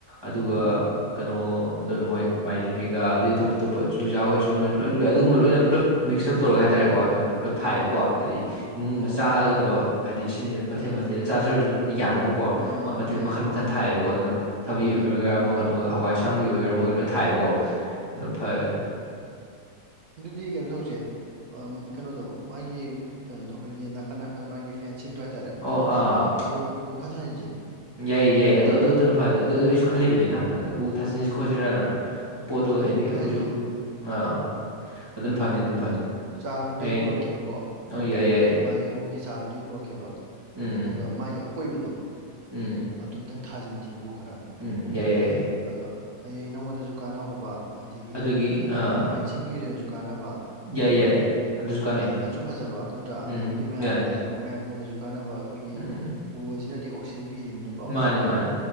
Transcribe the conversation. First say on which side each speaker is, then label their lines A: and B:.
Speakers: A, on the right; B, on the right.
A: ꯑꯗꯨꯒ
B: ꯎꯝ
A: ꯀꯩꯅꯣ ꯑ ꯃꯣꯏ ꯃꯥꯏꯗꯤꯟ ꯀꯩꯀꯥ ꯑꯗꯩ ꯑꯇꯣꯞ ꯑꯇꯣꯞꯄ ꯆꯨꯖꯥꯛ ꯑꯣꯏꯔꯁꯨ ꯑꯃꯁꯨ ꯂꯣꯏ ꯂ ꯑꯗꯨꯒꯨꯝꯕ ꯂꯣꯏꯅ ꯄꯨꯂꯞ ꯃꯤꯛꯁ ꯑꯞ ꯇꯧꯔꯒ ꯍꯥꯏꯇꯥꯔꯦꯀꫭ ꯑꯗꯣ ꯄꯨꯂꯞ
B: ꯑꯣ
A: ꯊꯥꯏꯌꯦꯕꯀꯣ ꯍꯥꯏꯗꯤ ꯏꯃꯨꯡꯗ
B: ꯑꯣ
A: ꯆꯥꯒꯗꯕ ꯍꯥꯏꯗꯤ ꯁꯤ ꯃꯊꯦꯜ
B: ꯎꯝ
A: ꯃꯊꯦꯜꯗ ꯆꯥꯖꯔꯁꯨ ꯌꯥꯅꯕ ꯀꯣ
B: ꯎꯝ
A: ꯃꯊꯦꯜ
B: ꯎꯝ
A: ꯃꯈꯟ ꯃꯈꯟ ꯊꯥꯏꯌꯦꯕꯀꯣ ꯑꯗꯨꯅ ꯊꯕꯤ
B: ꯎꯝ
A: ꯑꯣꯏꯒꯦꯒꯦꯔꯥ ꯑꯃ ꯀꯩꯅꯣ ꯍꯋꯥꯏ ꯑꯁꯥꯡꯕꯤ ꯑꯣꯏꯒꯦꯔꯥ ꯑꯃꯒ ꯂꯣꯏꯅ ꯊꯥꯏꯌꯦꯕꯀꯣ ꯗꯨꯅ ꯐꯥꯏ
B: ꯗꯨꯗꯤ ꯀꯩꯅꯣ ꯇꯧꯁꯦ ꯀꯩꯅꯣꯗꯣ ꯃꯥꯒꯤ ꯀꯩꯅꯣꯗꯣ ꯑꯩꯈꯣꯏꯒꯤ ꯅꯥꯀꯟ ꯅꯥꯀꯟ ꯃꯥꯒꯤ ꯐꯦꯟꯁꯤꯡꯗꯣ ꯍꯥꯏꯇꯥꯔꯦ
A: ꯑꯣ ꯑꯥ
B: ꯑꯗꯣ ꯎ ꯈꯔ ꯊꯥꯖꯤꯟꯁꯦ
A: ꯌꯥꯏꯌꯦ ꯌꯥꯏꯌꯦ ꯑꯗꯣ ꯑꯗꯨ ꯑꯗꯨꯅ ꯐꯗꯦ ꯑꯗꯨ ꯑꯩꯁꯨ ꯈꯜꯂꯤꯕꯅꯤ
B: ꯎꯝ
A: ꯅꯍꯥꯟꯗ ꯎ ꯊꯥꯖꯤꯟꯁꯤ
B: ꯎꯝ
A: ꯈꯣꯠꯁꯤꯔꯅ ꯄꯣꯠꯇꯨ
B: ꯑꯗꯨꯅꯤ
A: ꯍꯥꯏꯗꯤ
B: ꯎ ꯈꯔ
A: ꯑꯩꯈꯣꯏꯁꯨ
B: ꯊꯥꯖꯤꯟꯁꯦ
A: ꯑꯥ ꯑꯗꯨꯝ ꯐꯅꯤ ꯑꯗꯨꯝ ꯐꯅꯤ
B: ꯆꯥꯔꯗꯨꯗꯤ
A: ꯍꯌꯦ
B: ꯑꯩ ꯄꯨꯔꯛꯀꯦꯕꯀꯣ
A: ꯑ ꯌꯥꯏ ꯌꯥꯏꯌꯦ
B: ꯃꯥꯒꯤ ꯎꯒꯤ ꯆꯥꫪꯗꯨꯗꯤ ꯄꯨꯔꯛꯀꯕ
A: ꯎꯝ
B: ꯑꯗꯨꯒ ꯃꯥꯒꯤ ꯑꯀꯣꯏꯕꯗꯣ
A: ꯎꯝ
B: ꯑꯗꯨꯝꯇꯪ ꯊꯥꯖꯤꯟꯁꯦꯕ ꯑꯣ
A: ꯎꯝ ꯌꯥꯏ ꯌꯥꯏ ꯌꯥꯏ
B: ꯑꯗꯣ ꯍꯌꯦꯡ ꯅꯉꯣꯟꯗꯁꯨ ꯀꯥꯟꯅꯍꯧꯕ ꯑꯗꯒꯤ
A: ꯑꯗꯨꯒꯤ
B: ꯑꯗꯨ ꯃꯊꯛ ꯑꯗꯒꯤ
A: ꯑꯥ
B: ꯑꯃꯨꯛ ꯐꯦꯟꯁꯤꯡꯒꯤ ꯑꯣꯏꯅ ꯑꯣꯏꯅꯁꯨ ꯀꯥꯟꯅꯕ
A: ꯌꯥꯏ ꯌꯥꯏ ꯑꯗꯨꯁꯨ ꯀꯥꯟꯅꯩ
B: ꯐꯁꯨ ꯐꯖꯕ ꯅꯠꯇ꯭ꯔꯥ
A: ꯎꯝ
B: ꯑꯗꯒꯤꯗꯤ ꯃꯌꯥꯝꯒꯤ
A: ꯌꯥꯅꯤ
B: ꯑꯣꯏꯅꯁꯨ ꯃꯌꯥꯝꯒꯤ ꯑꯣꯏꯅꯁꯨ ꯀꯥꯟꯅꯕ ꯑꯩꯈꯣꯏꯒꯤ
A: ꯎꯝ
B: ꯎꯕꯁꯤꯅꯗꯤ ꯑꯣꯛꯁꯤꯖꯦꯟ ꯄꯤꯔꯤꯃꯤꯅꯀꯣ
A: ꯃꯥꯅꯤ ꯃꯥꯅꯤ